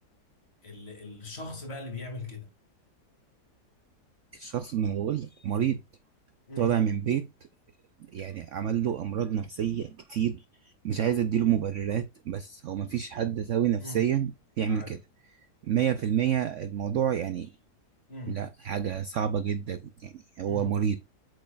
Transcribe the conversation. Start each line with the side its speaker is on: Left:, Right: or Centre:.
Left: ال الشخص بقى اللي بيعمل كده
Right: الشخص ما أنا بقول لك مريض
Left: امم
Right: طالع من بيت يعني عمل له أمراض نفسية كتير مش عايز أديله مبررات بس هو مفيش حد سوي نفسيا
Left: امم
Right: يعمل
Left: معاك
Right: كده مية في المية الموضوع يعني
Left: امم
Right: لا حاجة صعبة جدا يعني هو
Left: امم.
Right: مريض